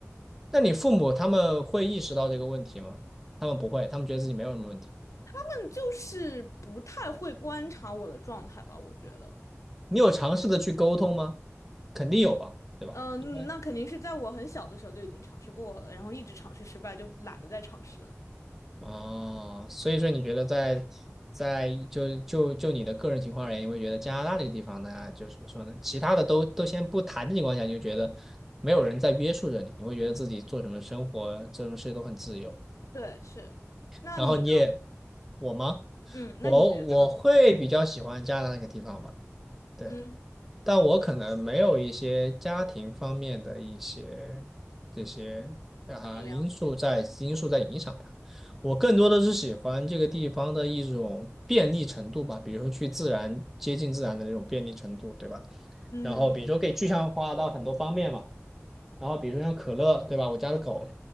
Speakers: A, in the centre; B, on the left.
A: 那你父母他们会意识到这个问题吗？他们不会，他们觉得自己没有什么问题。
B: 但就是不太会观察我的状态吧，我觉得。
A: 你有尝试的去沟通吗？肯定有吧，对吧？
B: 嗯，
A: 应该。
B: 那肯定是在我很小的时候就已经尝试过了，然后一直尝试失败，就懒得再尝试了。
A: 哦，所以说你觉得在在就就就你的个人情况而言，你会觉得加拿大这个地方呢，就是怎么说呢？其他的都都先不谈的情况下，你就觉得没有人在约束着你，你会觉得自己做什么生活、做什么事都很自由。
B: 对，是。那你呢？
A: 然后你也，我吗？
B: 嗯，那你觉得呢？
A: 我我会比较喜欢加拿大那个地方吧。对。
B: 嗯，
A: 但我可能没有一些家庭方面的一些这些啊因素在因素在影响它。
B: 考量。
A: 我更多的是喜欢这个地方的一种便利程度吧，比如说去自然接近自然的这种便利程度，对吧？
B: 嗯，
A: 然后比如说可以具象化到很多方面嘛，然后比如说像可乐，对吧？我家的狗，